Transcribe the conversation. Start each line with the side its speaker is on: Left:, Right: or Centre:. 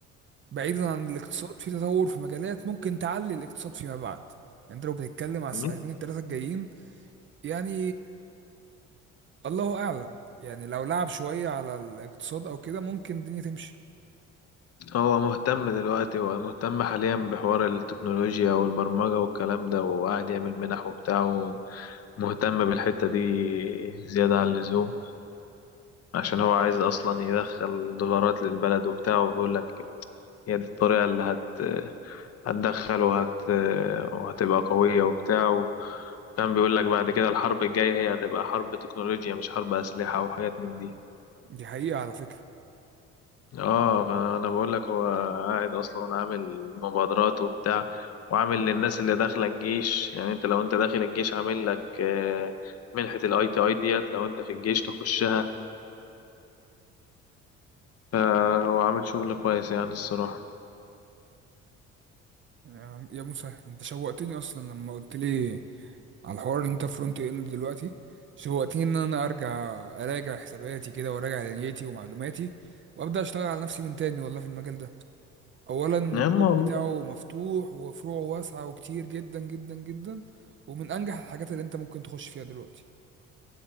Right: بعيدا عن الاقتصاد في تطور في مجالات ممكن تعلي الاقتصاد فيما بعد يعني انت لو بتتكلم على السنتين
Left: يعني
Right: التلاتة الجايين يعني الله اعلم يعني لو لعب شوية على الاقتصاد او كده ممكن الدنيا تمشي
Left: هو مهتم دلوقتي هو مهتم حاليا بحوار التكنولوجيا والبرمجة والكلام ده وقاعد يعمل منح وبتاع ومهتم بالحتة دي زيادة عن اللزوم عشان هو عايز أصلا يدخل دولارات للبلد وبتاع وبيقول لك هي دي الطريقة اللي هت هتدخل وهت وهتبقى قوية وبتاع وكان بيقول لك بعد كده الحرب الجاية هي هتبقى حرب تكنولوجيا مش حرب أسلحة وحاجات من دي
Right: دي حقيقة على فكرة
Left: اه فانا بقول لك هو قاعد اصلا عامل مبادرات وبتاع وعامل للناس اللي داخله الجيش يعني انت لو انت داخل الجيش عامل لك آه، منحة الاي تي اي ديت لو انت في الجيش تخشها فهو عامل شغل كويس يعني الصراحة
Right: يا يا مسهل انت شوقتني اصلا لما قلت لي على الحوار إن انت فرونت اند دلوقتي شوقتني ان انا ارجع اراجع حساباتي كده وراجع دنيتي ومعلوماتي وابدا اشتغل على نفسي من تاني والله في المجال ده اولا الباب
Left: يا اما والله
Right: بتاعه مفتوح وفروعه واسعه وكتير جدا جدا جدا ومن انجح الحاجات اللي انت ممكن تخش فيها دلوقتي